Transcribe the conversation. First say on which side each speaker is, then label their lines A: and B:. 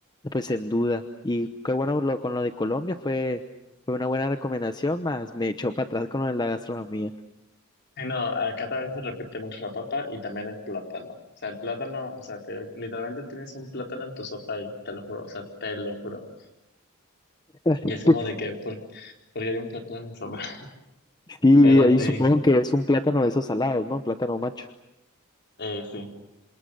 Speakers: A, on the left; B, on the left.
A: pues en duda. Y qué bueno lo, con lo de Colombia fue, fue una buena recomendación, más me echó para atrás con lo de la gastronomía.
B: Y no, acá también se repite mucho la papa y también el plátano. O sea, el plátano, o sea, te- literalmente tienes un plátano en tu sopa ahí, te lo juro, o sea, te lo juro.
A: <laughs>
B: Y es como de que, por- porque hay un plátano en mi sopa. <laughs>
A: Y
B: Pero
A: ahí
B: sí,
A: supongo que es un plátano de esos salados, ¿no? Plátano macho.
B: eh, sí,